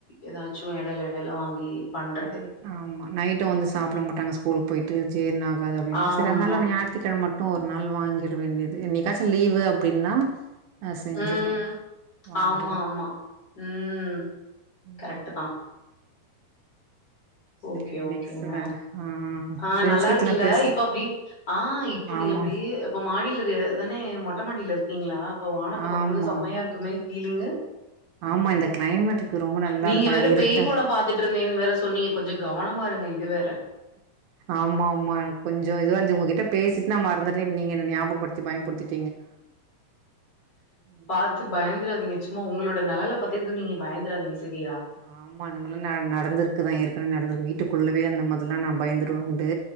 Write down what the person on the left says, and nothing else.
ஏதாச்சு எடல எடல வாங்கி பண்றது.
ம்.
ஆமா.
ம்.
ஆமா, ஆமா. ம்
கரெக்ட்டு தா
ஓகே, ஓகேங்க.
ஆ
நல்லா
இருக்குல்ல
இப்ப அப்டி ஆ இப்ப
நீ அப்டி அப்ப மாடியில இரு தான மொட்ட மாடியில இருக்கீங்ளா அப்ப வானத்த
பாக்கும்போது செம்மையா
இருக்குமே ஃபீலிங்கு
நீங்க
வேற
பேய் படம் பாத்துட்டு இருந்தீன் வேற சொன்னீங்க கொஞ்ச கவனமா இருங்க இது வேற
பாத்து பயந்துறாதீங்க சும்மா உங்களோட நெழல பத்து எதுவு நீங்க பயந்துறாதீங்க சரியா